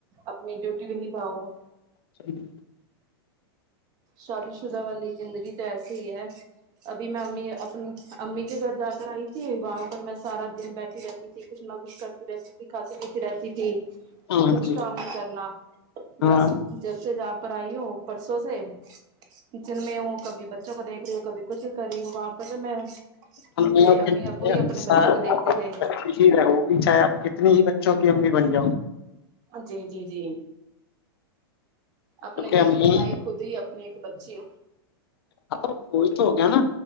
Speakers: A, on the right; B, on the left.
A: اپنی ڈیوٹی بھی نباؤ
B: چلو
A: شادی شدہ والی زندگی تو ایس چی ہے ابھی میں امی اپنی امی کے گھر جا کر آئی تھی وہاں پر میں سارا دن بیٹھی رہتی تھی کچھ نہ کچھ کر رہتی تھی کھاتی پیتی رہتی تھی
B: ہاں
A: کچھ
B: جی
A: کام نہیں کرنا
B: ہاں
A: بس جب سے جہاں پر آئی ہوں پرسوں سے کچن میں ہوں کبھی بچوں کو دیکھ رہی ہوں کب کچھ کری ہو واپس میں میری
B: ہم لوگوں
A: امی
B: کے لیے
A: ابو ہی اپنے بچوں کو
B: ب
A: دیکھتے تھے
B: ہی رہوں گی چاہے آپ کتنی ہی بچوں کی امی بن جاؤ
A: جی جی جی
B: کیونکہ
A: اپنے گھر
B: امی
A: پہ میں ہوتی ہی اپنی ایک بچی
B: ہ تو وہی تو ہو گیا نا